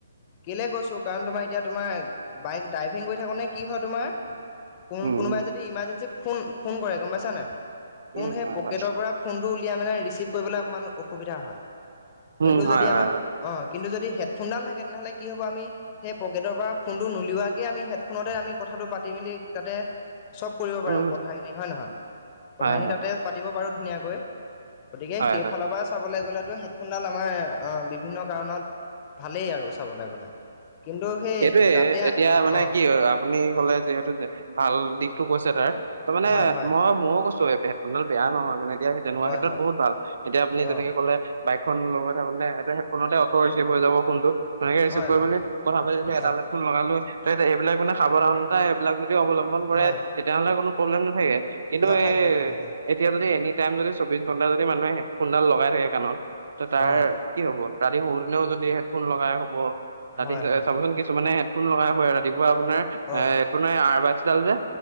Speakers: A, on the left; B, on the right.
A: কেলে কৈছোঁ কাৰণ তোমাৰ এতিয়া তোমাৰ বাইক ড্ৰাইভিং কৰি থাকোনে কি হয় তোমাৰ কোন
B: উম
A: কোনোবাই
B: উম
A: যদি ইমাৰ্জেঞ্চি ফোন ফোন কৰে গম পাইছা নাই ফোন
B: উম
A: সেই
B: হয়
A: পকেটৰ
B: হয়
A: পৰা ফোনটো উলিয়াই মেলে ৰিচিভ কৰিবলৈ অকমান অসুবিধা হয়
B: উম
A: কিন্তু
B: হয়
A: যদি আমাৰ
B: হয় হয়
A: অঁ কিন্তু যদি হেডফোনডাল থাকে তেনেহ'লে কি হ'ব আমি সেই পকেটৰ পৰা ফোনটো নুলিৱাকে আমি হেডফোনতে আমি কথাটো পাতি মেলি তাতে চব কৰিব পাৰিম
B: উম
A: কথাখিনি হয় নহয় কথাখিনি
B: হয় হয়
A: তাতে পাতিব পাৰোঁ ধুনীয়াকৈ গতিকে
B: হয়
A: সেইফালৰ
B: হয়
A: পৰা চাবলৈ গ'লেতো হেডফোনডাল আমাৰ অ বিভিন্ন কাৰণত ভালেই আৰু চাবলে গ'লে কিন্তু সেই
B: সেইটোয়ে
A: যাতে
B: এতিয়া মানে
A: অঁ
B: কি হয় আপ আপুনি ক'লে যিহেতু যে ভাল দিশটো কৈছে তাৰ ত মানে
A: হয় হয়
B: মই ময়ো কৈছ চু এ ভেডফোনডাল বেয়া নহয় মানে এতিয়া হেই তেনেকুৱা
A: হয়
B: ক্ষেত্ৰত
A: হয়
B: বহুত ভাল এতিয়া আপুনি তেনেকে
A: অঁ
B: ক'লে বাইকখন লগাই থাকোতে সেতু হেডফোনতে অটো ৰিচিভ হৈ ফোনটো তেনেকে ৰিচিভ
A: হয়
B: কৰি
A: হয়
B: মেলি কথা চিলোঁ
A: হয়
B: এডাল হেডফোন লগালো এইবিলাক মানে সাৱধানতা এইবিলাক যদি অৱলম্বন কৰে
A: হয়
B: তেতিয়াহলে কোনো প্ৰব্লেম নাথাকে কিন্তু
A: নাথাকে নাথাকে হয়
B: এ তিয়া যদি এনি টাইম যদি চৌবিশ ঘণ্টা যদি মানুহে হেডফোনডাল লগাই থাকে কাণত ত তাৰ
A: অঁ
B: কি হ'ব ৰাতি শুতেনেও যদি হেডফোন লগাই শুব ৰাতি
A: হয় হয়
B: চাবচোন কিছু মানে হেডফোন লগাই শুৱে ৰাতিপুৱা আপোনাৰ
A: অঁ
B: এ হেডফোনে আৰবাৰ্ডছডাল যে